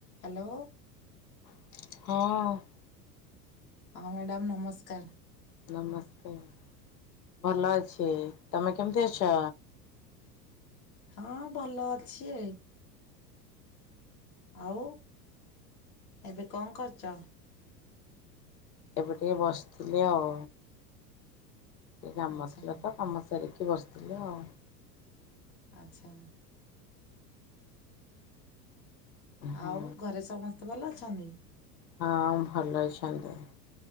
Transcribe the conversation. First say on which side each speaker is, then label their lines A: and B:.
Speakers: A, on the left; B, on the left.
A: Hello.
B: ହଁ।
A: ହଁ madam ନମସ୍କାର୍।
B: ନମସ୍କାର ଭଲ ଅଛି। ତମେ କେମିତି ଅଛ?
A: ହଁ ଭଲ ଅଛି। ଆଉ ଏବେ କଣ୍ କରୁଚ?
B: ଏବେ ଟିକେ ବସିଥିଲି ଆଉ। ଟିକେ କାମ
A: ଆଚ୍ଛା
B: ଥିଲା ତ କାମ ସାରିକି ବସିଥିଲି ଆଉ।
A: ଆଚ୍ଛା।
B: ହଁ
A: ଆଉ ଘରେ ସମସ୍ତେ ଭଲ ଅଛନ୍ତି?
B: ହଁ ଭଲ ଅଛନ୍ତି